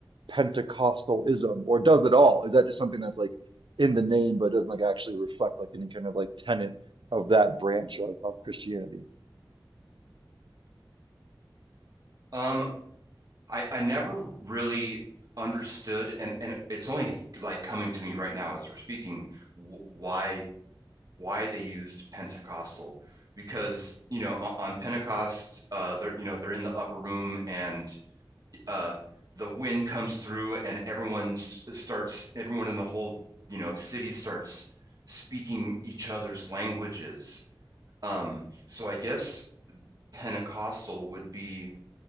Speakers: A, on the right; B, on the right.
A: Pentecostalism or does it all? Is that just something that's like in the name but doesn't like actually reflect like any kind of like tenet of that branch of, of Christianity?
B: um I, I never really understood and and it's only like coming to me right now as we're speaking wh- why why they used Pentecostal because you know on, on Pentecost uh they're you know they're in the upper room and uh the wind comes through and everyone starts everyone in the whole you know city starts speaking each other's languages um so I guess Pentecostal would be